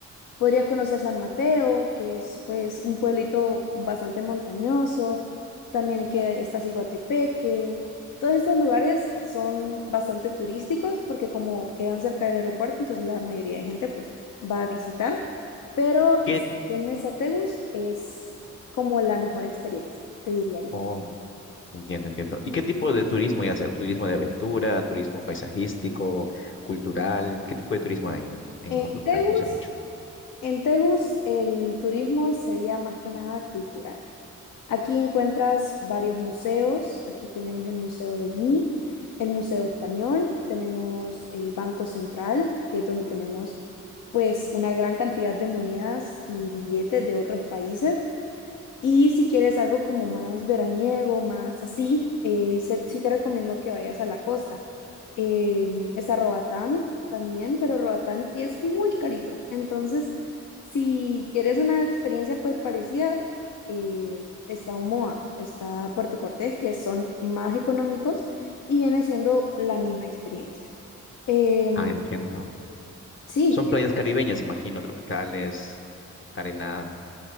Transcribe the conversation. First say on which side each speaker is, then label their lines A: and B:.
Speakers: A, on the left (about 85°); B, on the left (about 40°).
A: Podrías conocer San Mateo, que es pues un pueblito bastante montañoso, también que está Ciguatepeque. Todos estos lugares son bastante turísticos porque como quedan cerca del aeropuerto, entonces la mayoría de gente pues va a visitar, pero
B: ¿Qué?
A: en Tegus es como la mejor experiencia, te diría yo.
B: Oh, entiendo, entiendo. ¿Y qué tipo de turismo hay hacer? ¿Turismo de aventura, turismo paisajístico, cultural? ¿Qué tipo de turismo hay en
A: En
B: Honduras?
A: Tegus,
B: No sé mucho.
A: en Tegus el turismo sería más que nada cultural. Aquí encuentras varios museos. Aquí tenemos el Museo del MI, el Museo Español, tenemos el Banco Central, que es donde tenemos pues una gran cantidad de monedas y billetes de otros países. Y si quieres algo como más veraniego, más así, eh, se- sí te recomiendo que vayas a la costa. Eh, está Roatán también, pero Roatán es muy carito. Entonces, si quieres una experiencia pues parecida, eh, está Omoa, está Puerto Cortés, que son más económicos y viene siendo la misma experiencia. Em,
B: Ah, entiendo.
A: sí,
B: Son playas caribeñas, imagino, tropicales, arena.